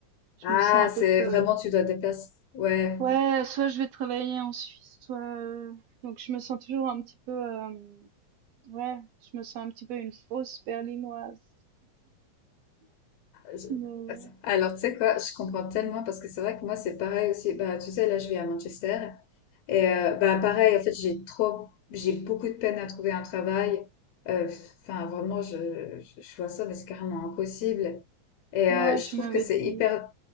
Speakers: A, on the right; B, on the left.
A: je
B: Ah,
A: me sens un
B: c'est
A: peu que,
B: vraiment tu dois te déplacer. Ouais.
A: ouais, soit je vais travailler en Suisse, soit, euh, donc je me sens toujours un petit peu, euh, ouais, je me sens un petit peu une fausse berlinoise.
B: Je-
A: Mais ouais.
B: Alors, tu sais quoi, je comprends tellement parce que c'est vrai que moi, c'est pareil aussi. Bah, tu sais, là, je vis à Manchester. Et euh, bah pareil, en fait, j'ai trop, j'ai beaucoup de peine à trouver un travail. Euh, Enfin, vraiment, je, je, je vois ça, mais c'est carrément impossible. Et
A: Oui,
B: euh,
A: ouais,
B: je
A: tu
B: trouve
A: m'avais
B: que c'est
A: dit
B: hyper,